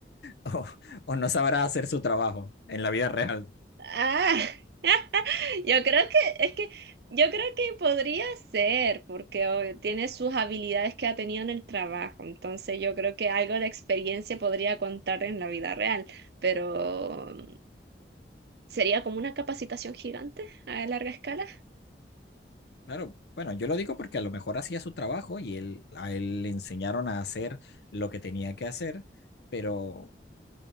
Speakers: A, on the left; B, on the right.
A: <laughs> o, o no sabrá hacer su trabajo en la vida real?
B: Ah, <laughs> yo creo que es que yo creo que podría ser, porque oh, tiene sus habilidades que ha tenido en el trabajo, entonces yo creo que algo de experiencia podría contar en la vida real, pero mm, sería como una capacitación gigante a larga escala.
A: Claro, bueno, yo lo digo porque a lo mejor hacía su trabajo y él, a él le enseñaron a hacer lo que tenía que hacer, pero